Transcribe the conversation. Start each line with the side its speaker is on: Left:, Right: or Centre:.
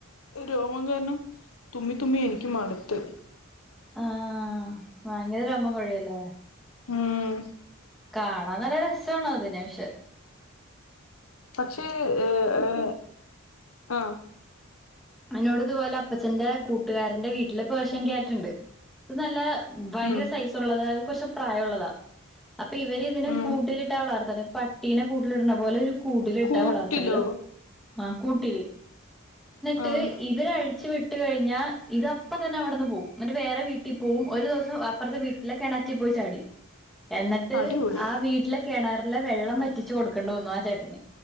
Left: രോമം കാരണം തുമ്മി തുമ്മി എനിക്ക് മട്ത്ത്
Centre: ആ ഭയങ്കര രോമം കൊഴിണ്ടോ
Left: ഉം
Centre: കാണാ നല്ല രസാണ് അതിനെ പഷെ
Left: പക്ഷേ ഏ ഏ ആ
Centre: അന്നോട് ഇതുപോലെ അപ്പച്ചന്റെ കൂട്ടുകാരന്റെ വീട്ടില് പേർഷ്യൻ ക്യാറ്റ്ണ്ട് അത് നല്ല ഭയങ്കര
Left: ഉം
Centre: സൈസ് ഉള്ളതാ അത് കുറച്ച് പ്രായം ഒള്ളതാ അപ്പൊ ഇവര് ഇതിനെ
Left: ഉം
Centre: കൂട്ടിലിട്ടാ വളർത്തണ് പട്ടീനെ കൂട്ടിലിട്ണ പോലെ ഒരു കൂടിലിട്ടാ
Left: കൂട്ടിലോ
Centre: വളർത്തണത് ആ കൂട്ടില് ട്ട്
Left: ആഹ്
Centre: ഇവരഴിച്ചു വി ട്ട് കഴിഞ്ഞാ ഇത് അപ്പം തന്നെ അവിടുന്ന് പോവും എന്നിട്ട് വേറെ വീട്ടിൽ പോവും ഒരു ദിവസം അപ്പുറത്തെ വീട്ടിലെ കെണറ്റി പോയി ചാടി എന്നിട്ട്
Left: അടിപൊളി
Centre: ആ വീട്ടിലെക്കെണർ ല്ല വെള്ളം വറ്റിച്ച് കൊടുക്കേണ്ടു വന്നു ആ ചേട്ടന്